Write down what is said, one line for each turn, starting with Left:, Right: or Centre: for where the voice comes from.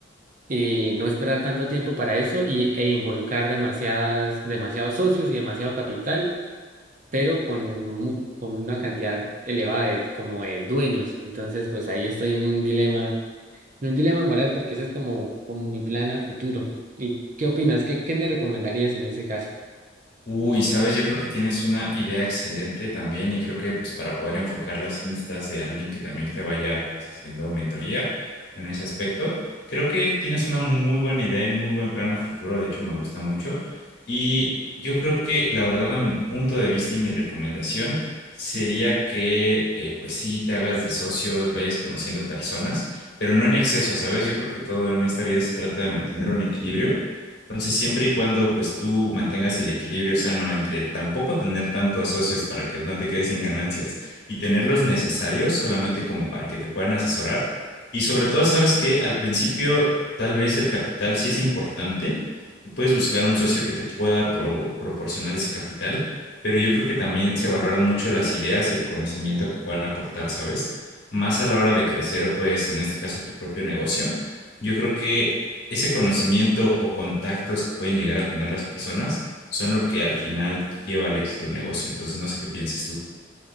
Right: eh, no esperar tanto tiempo para eso y, e involucrar demasiadas, demasiados socios y demasiado capital pero con, mu- con una cantidad elevada de, como de dueños. Entonces, pues ahí estoy en un dilema, en un dilema moral porque ese es como, como mi plan a futuro. ¿Y qué opinas? ¿Qué, qué me recomendarías en ese caso?
Left: Uy, sabes, yo creo que tienes una idea excelente también y creo que pues para poder enfocarla sí necesitas de alguien que también te vaya pues haciendo mentoría en ese aspecto. Creo que tienes una muy buena idea y muy buen plan a futuro, de hecho me gusta mucho y yo creo que la verdad a mi punto de vista y mi recomendación sería que eh, pues sí te hagas de socios, vayas conociendo personas, pero no en exceso, ¿sabes? Yo creo que todo en esta vida se trata de mantener un equilibrio entonces, siempre y cuando pues tú mantengas el equilibrio sano entre tampoco tener tantos socios para que no te quedes sin ganancias y tener los necesarios solamente como para que te puedan asesorar. Y sobre todo, sabes que al principio tal vez el capital sí es importante y puedes buscar un socio que te pueda pro- proporcionar ese capital, pero yo creo que también se valoran mucho las ideas y el conocimiento que puedan aportar, ¿sabes? Más a la hora de crecer, pues en este caso tu propio negocio. Yo creo que ese conocimiento o contactos que pueden llegar a tener las personas son lo que al final lleva al éxito un negocio. Entonces, no sé qué pienses tú.